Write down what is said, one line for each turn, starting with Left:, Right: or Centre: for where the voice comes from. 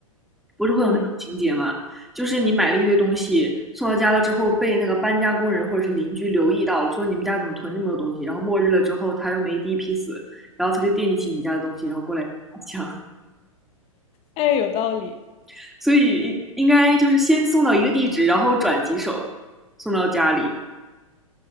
Centre: 不是会有那种情节嘛，
Left: 嗯，
Centre: 就是你买了一堆东西送到家了之后，被那个搬家工人或者是邻居留意到了，说你们家怎么囤这么多东西，然后末日了之后他又没第一批死，然后他就惦记起你家的东西，然后过来抢。
Left: 哎，有道理。
Centre: <laughs> 所以应应该就是先送到一个地址，然后转几手送到家里。